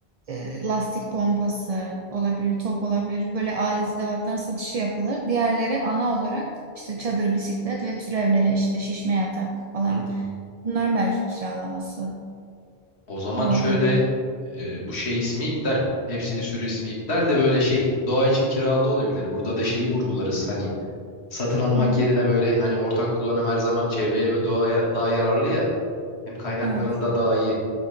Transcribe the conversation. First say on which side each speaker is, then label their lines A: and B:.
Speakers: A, on the right (about 45°); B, on the left (about 85°).
A: e, lastik pompası olabilir, top olabilir. Böyle alet edevatların satışı yapılır. Diğerleri ana olarak işte çadır, bisiklet ve türevleri işte şişme yatak falan.
B: Hmm.
A: Bunların belki kiralaması
B: O zaman
A: olabilir.
B: şöyle e, bu şey ismi iptal. Hepsinin sürü ismi iptal de böyle şey doğa için kiralı olabilir. Burada da şeyi vurgularız hani satın almak
A: Hı hı.
B: yerine böyle hani ortak kullanım her zaman çevreye ve doğaya daha yararlı ya. Hem kaynakların
A: Evet.
B: da daha iyi